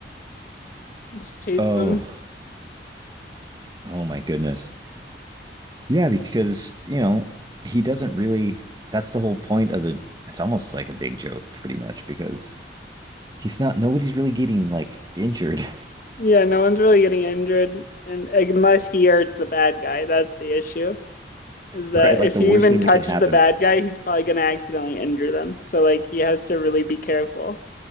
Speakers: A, on the left; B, on the right.
A: It's chasing
B: oh,
A: them.
B: oh my goodness. Yeah, because, you know, he doesn't really, that's the whole point of the, it's almost like a big joke, pretty much, because he's not, nobody's really getting like injured,
A: Yeah, no one's really getting injured, and like, unless he hurts the bad guy, that's the issue.
B: <laughs>
A: Is that
B: right? Like
A: if
B: the
A: he
B: worst
A: even
B: thing
A: touches
B: that can happen.
A: the bad guy, he's probably gonna accidentally injure them. So like he has to really be careful.